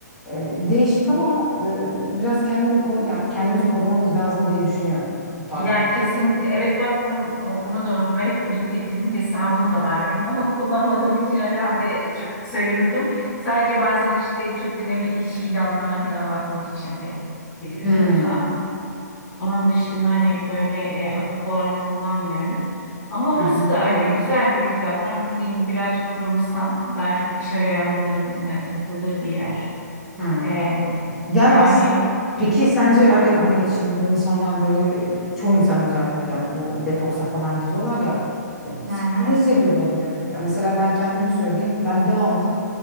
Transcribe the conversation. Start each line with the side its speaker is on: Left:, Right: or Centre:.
Centre: E, değişik ama e, biraz kendini ko- yani kendimizi korumamız lazım diye düşünüyorum bu tarzda.
Left: Ya kesinlikle. Evet bak bunu bunu da unuttum. Evet LinkedIn'in hesabım da var benim <laughs> ama kullanmadığım için herhalde çok söylemedim. Sadece bazen işte çok önemli iş ilanlarına falan bakmak için falan giriyorum.
Centre: Hmm,
Left: Yoksa onun dışında hani böyle e, aktif olarak kullanmıyorum. Ama orası
Centre: Hı hı.
Left: da aynen güzel bir platform. Dediğim gibi birazcık kurumsal, daha çok iş arayanların e, takıldığı bir yer.
Centre: hı.
Left: E,
Centre: Yani
Left: yani
Centre: aslında peki sence
Left: hı hı
Centre: hani hani şimdi bu insanlar böyle e, çoğu insan özellikle hani bu detoksa falan gidiyorlar ya e,
Left: hı
Centre: sen
Left: hı
Centre: ne hissediyor olabilir? Ya mesela ben kendimi söyleyeyim. Ben devamlı